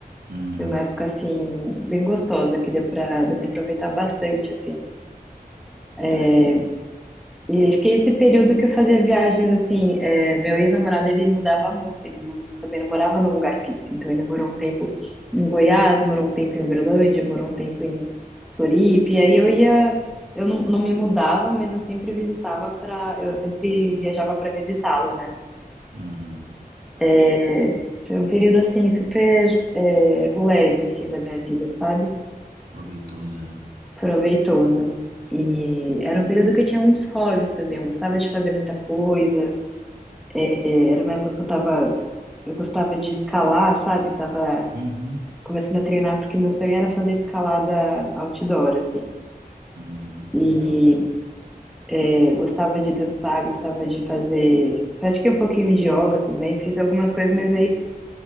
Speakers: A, on the right (about 85°); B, in the centre.
A: Uhum.
B: Foi uma época, assim, bem gostosa, que deu para deu para aproveitar bastante, assim. É,
A: Ai, que.
B: E aí fiquei esse período que eu fazia viagens assim. é, meu ex-namorado ele mudava muito, ele não, também não morava num lugar fixo. Então ele morou um tempo em Goiás, morou um tempo em Uberlândia, morou um tempo em Floripa. E aí eu ia, eu não, não me mudava, mas eu sempre visitava para, eu sempre viajava para visitá-lo, né?
A: Uhum.
B: É, foi um período assim super é, leve assim da minha vida, sabe?
A: Proveitoso, né?
B: Proveitoso. E era um período que eu tinha muitos hobbies também. Eu gostava de fazer muita coisa. É, Era uma época que eu tava, eu gostava de escalar, sabe? Tava
A: Uhum.
B: começando a treinar porque meu sonho era fazer escalada outdoor, assim.
A: Uhum.
B: E
A: Que legal.
B: é, gostava de dançar, gostava de fazer, pratiquei um pouquinho de yoga também, fiz algumas coisas, mas aí